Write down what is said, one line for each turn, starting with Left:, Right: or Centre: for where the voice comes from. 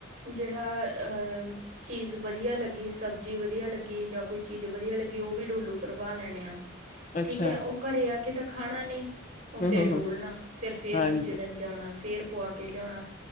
Right: ਜੇੜਾ ਅ ਚੀਜ਼ ਵਧੀਆ ਲੱਗੀ ਸਬਜ਼ੀ ਵਧੀਆ ਲੱਗੀ ਜਾਂ ਕੋਈ ਚੀਜ਼ ਵਧੀਆ ਲੱਗੀ ਔ ਵੀ ਡੋਲੂ ਭਰਵਾ ਲੈਣੇ ਆ।
Left: ਅੱਛਾ
Right: ਠੀਕ ਹੈ ਓਹ ਘਰੇ ਆ ਕੇ ਤੇ ਖਾਣਾ ਨੀ ਓਹ ਫੇਰ
Left: ਹੂੰ ਹੂੰ
Right: ਡੋਲਣਾ
Left: ਹੂੰ
Right: ਫੇਰ-ਫੇਰ
Left: ਹਾਂਜੀ
Right: ਦੂਜ ਦਣ ਜਾਣਾ ਫੇਰ ਪਵਾ ਕੇ ਲਿਆਣਾ,